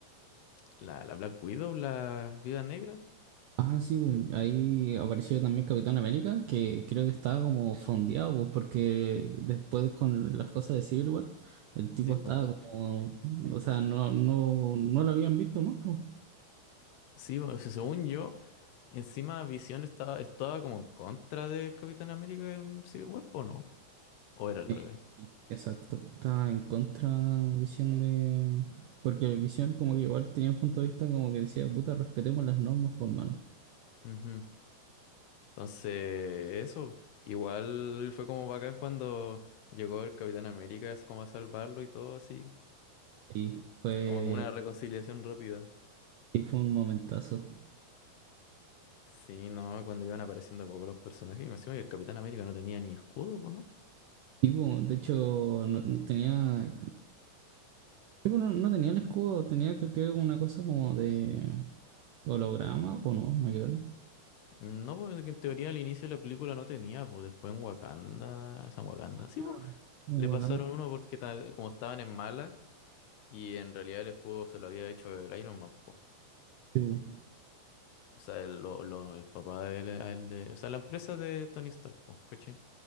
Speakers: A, on the left (about 75°); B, on the right (about 80°).
A: la, la Black Widow, la Viuda Negra.
B: Ah, sí, bueno, ahí apareció también Capitán América, que creo que estaba como fondeado, pues, porque después con las cosas de Civil War, el tipo
A: Sí,
B: estaba
A: pues.
B: como, o sea, no, no, no lo habían visto más, pues.
A: Sí, po, o sea, según yo, encima Visión estaba, estaba como en contra de Capitán América en Civil War, ¿po no? ¿O era al
B: Eh,
A: revés?
B: sí, exacto, estaba en contra Visión de... Porque Visión como que igual tenía un punto de vista como que decía, puta, respetemos las normas, por mano.
A: Ujú. Entonces, eso, igual fue como bacán cuando llegó el Capitán América es como a salvarlo y todo así,
B: Y fue,
A: como una reconciliación rápida.
B: y fue un momentazo.
A: Sí, no, cuando iban apareciendo poco los personajes, y me decían que el Capitán América no tenía ni escudo, pues, ¿no?
B: Y bueno, de hecho, no- tenía, Sí, pero no no tenía el escudo, tenía creo que una cosa como de holograma, o no, no hay que ver.
A: No, pues en teoría al inicio de la película no tenía, pues después en Wakanda, San Wakanda, sí,
B: Claro.
A: pues,
B: En
A: le
B: Wakanda.
A: pasaron uno porque ta- como estaban en mala y en realidad el escudo se lo había hecho el Iron Man,
B: Sí, bu.
A: O sea, el, lo- lo- el papá de él, a él de. O sea, la empresa de Tony Stark, po, ¿cachai?